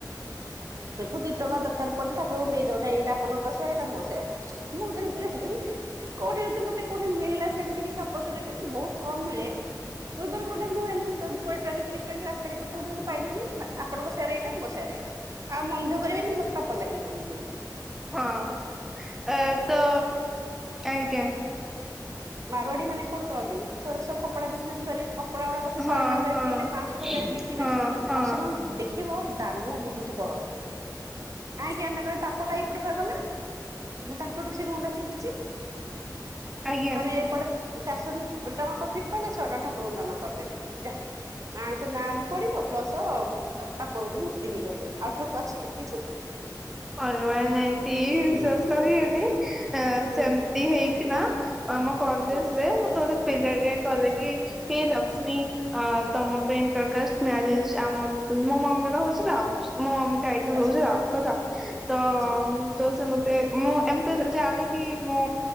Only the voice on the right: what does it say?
ଯୋଉ ଥୁ ଦିଟଙ୍କା ଦରକାର ପଡିଲେ ଠାକୁରଙ୍କୁ ଦେଇଦୋଉ ନା ଏଇଟା ଆପଣଙ୍କ ସେୟାର ଏଇଟା ମୋ ସେୟାର୍। ମୁଁ <unintelligible> ବି କୋଉଠି ଯଦି ମତେ କୋଉଠି ମିଳିଲା ସେମତି କିଛି ଅପରଚ୍ୟୁନିଟି ବୋହୁତ କମ ମିଳେ ଏଇ ଧର କୋଉଟା ମୁଁ ଏମତି କା କୋଡିଏ ଟଙ୍କା କି ତିରିଶ ଟଙ୍କା କି ରାସ୍ତା କେତ କୋଉଠି ଯଦି ପାଇଥିବା ବା ଆପଣଙ୍କ ସେୟାର ଏଇଟା ମୋ ସେୟାର ଏଇଟା। ଆଉ ମନଦୁଃଖ କରିବେନି ମତେ ପାପ ଲାଗିବନି ଯେମି।
ମାରୱାଡି ମାନେ କଣ କରନ୍ତି ସେଉଡା ସବୁ କପଡା ବିଜନେସ୍ କରିବେ କପଡା ଗୁଡାକ ସେ ଶହେ
ଟଙ୍କାରେ
କିଣିଲେ ପାଂଶହ ଟଙ୍କାରେ ବିକିବେ
ଆଉ ସେମାନେ ଦେ ଖିବ ଦାନ ବୋହୁତ କରନ୍ତି। ଆଁ କିଆଁ ତାଙ୍କର ଏ ପାପଟା ଏଇପଟେ ପରେ ଗଲା ମୁଁ ତାଙ୍କଠୁ ସେ ଗୁଣଟା ଶିଖିଚି।
ମାନେ ଏଇପଟେ ପ୍ ଚାରିଶ ଟଙ୍କା ପ୍ରଫିଟ ପାଇଲେ ଶହେ ଟଙ୍କା ଠାକୁରଙ୍କୁ ଦାନ କରିଦେବେ ଯାଆ। ନାଆଙ୍କୁ ନାଁ ବି ପଡିବ ପ୍ଲସ ଉ ଆ ପାପରୁ ବି ମୁକ୍ତି ହେଇଗଲେ ଆଉ ଠକ ଅଛି କିଛି।
ହୁଁ
ହୁଁ
ଆଚ୍ଛା
ଆଚ୍ଛା